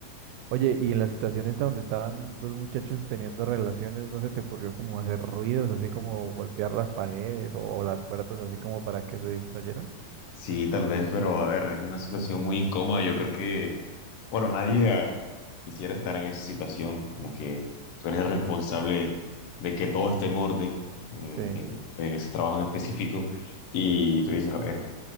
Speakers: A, on the right; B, on the left.
A: Oye, y en la situación esta donde estaban dos muchachos teniendo relaciones, ¿no se te ocurrió como hacer ruidos, así como golpear las paredes o, las puertas, así como para que se distrayeran?
B: Sí, tal vez, pero a ver, es una situación muy incómoda. Yo creo que, bueno, nadie ah, quisiera estar en esa situación. Como que tú eres el responsable de que todo esté en orden en,
A: Sí,
B: en en ese trabajo en específico. Y tú dices, a ver.